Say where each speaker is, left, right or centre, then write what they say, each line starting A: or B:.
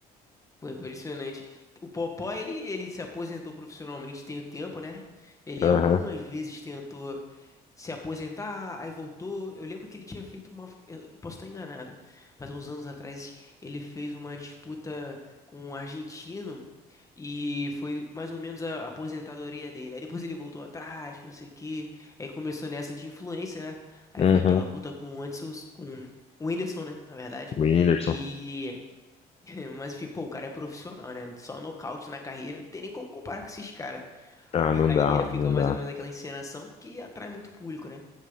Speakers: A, on the left; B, on the left.
A: Pô, impressionante. O Popó, ele, ele se aposentou profissionalmente tem o tempo, né? Ele
B: Aham.
A: algumas vezes tentou se aposentar, aí voltou. Eu lembro que ele tinha feito uma. Eu posso estar enganado, mas uns anos atrás ele fez uma disputa com um argentino e foi mais ou menos a aposentadoria dele. Aí depois ele voltou atrás, que não sei o quê. Aí começou nessa de influência, né? Aí
B: Uhum.
A: foi aquela luta com o Anderson, com o Whindersson, né? Na verdade.
B: Whindersson.
A: e <laughs> Mas enfim, pô, o cara é profissional, né? Só nocaute na carreira, não tem nem como comparar com esses caras.
B: Ah,
A: <laughs>
B: não
A: Aí
B: dá,
A: eh, fica
B: não
A: mais
B: dá.
A: ou menos aquela encenação que atrai muito público, né?